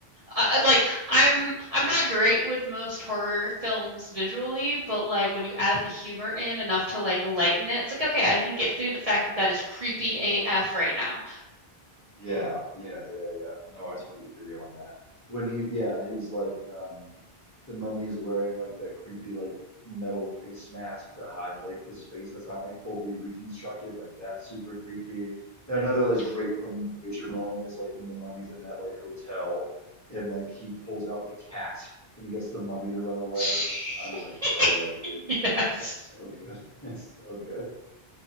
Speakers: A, on the right; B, on the left.
A: I, like I'm I'm not great with most horror films visually, but like when you add the humor in enough to like lighten it, it's like okay, I can get through the fact that that is creepy AF right now.
B: Yeah, yeah, yeah, yeah. No, I totally hear you on that. When he, yeah, he's like, um, the mummy's wearing like that creepy like metal face mask to hide like his face that's not like fully reconstructed. Like that's super creepy. And another like
A: Yeah.
B: great Brendan Fraser moment is like when the mummy's in that like hotel and like he pulls out the cat and he gets the mummy to run away.
A: <laughs>
B: I'm like, hell yeah, dude.
A: Yes.
B: That's so good. <laughs> It's so good.